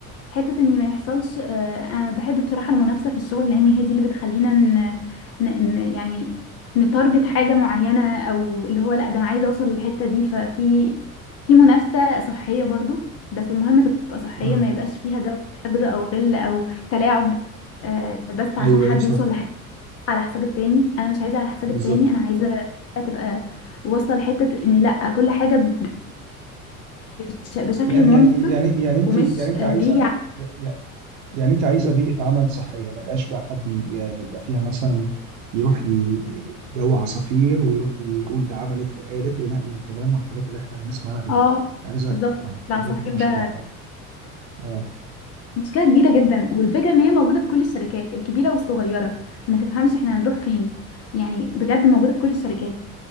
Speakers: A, on the left; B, on the right.
A: حتة ان ما يحصلش آه، انا بحب بصراحة المنافسة في الشغل لان هي دي اللي بتخلينا ن... ن... ن... يعني نتارجت حاجة معينة او اللي هو لا ده انا عايزة اوصل للحتة دي ففي في منافسة صحية برضو بس المهم تبقى صحية
B: امم
A: ما يبقاش فيها جو حقد او غل او تلاعب آه، بس عشان
B: ايوه
A: حد
B: ايوه صح
A: يوصل لحاجة على حساب التاني انا مش عايزة على حساب
B: بالظبط
A: التاني انا عايزة تبقى واصلة لحتة ان لا كل حاجة بش... بشكل
B: يعني
A: منصف
B: يعني يعني يعني انت
A: ومش
B: يعني انت
A: آه،
B: عايزه
A: بيجي
B: يعني يعني انت عايزه بيئه عمل صحيه ما يبقاش بقى حد ي- يبقى فيها مثلا يروح ي- جو عصافير ويروح يقول ده عملت وقالت وينقي الكلام والحاجات اللي احنا بنسمع عنها في دي
A: اه
B: عايزه
A: بالظبط
B: اه
A: العصافير
B: ما دي دي مشكله
A: ده
B: فعلا اه
A: مشكلة كبيرة جدا والفكرة ان هي موجودة في كل الشركات الكبيرة والصغيرة ما تفهمش احنا هنروح فين يعني بجد موجودة في كل الشركات